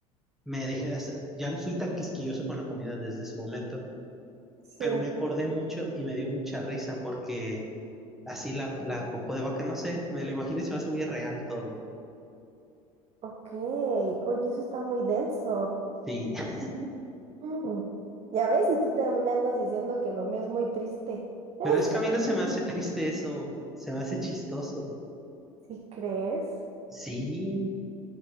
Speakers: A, in the centre; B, on the right (about 35°).
A: me dejé de hacer- ya no fui tan quisquilloso con la comida desde ese momento,
B: Sí.
A: pero me acordé mucho y me dio mucha risa porque así la, la popó de vaca, no sé, me lo imagino y se me hace muy real todo.
B: Ok. Oye, eso está muy denso.
A: Sí, <laughs>
B: Mm. Ya ves, y tú te me andas diciendo que lo mío es muy triste. <laughs>
A: pero es que a mí no se me hace triste eso, se me hace chistoso.
B: ¿Sí crees?
A: Sí,